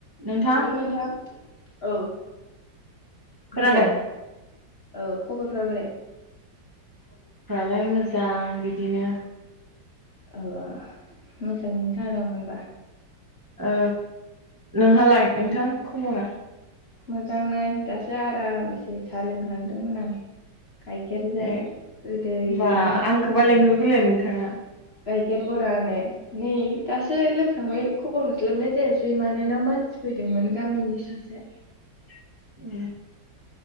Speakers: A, on the right; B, on the left.
A: नोंथां
B: हेलौ नोंथां औ
A: खोनादों
B: बोरै औ खबरफोरा बोरै
A: <unintelligible>
B: औ मोजाङैनो जांदों होनबा
A: औ नोंहालाय नोंथां खबरा
B: मोजां नै दासो आरामसे साहा लोंखांदोंमोन आं गायखेरजों
A: ए
B: गोदैयनो
A: होमबा आंखौबा <unintelligible>
B: गाइखेर बरानो नै दासो लोंखांबाय खबर हरस्लाबनाय जायासै मानोना मानसि फैदोंमोन गामिनि सासे
A: <unintelligible>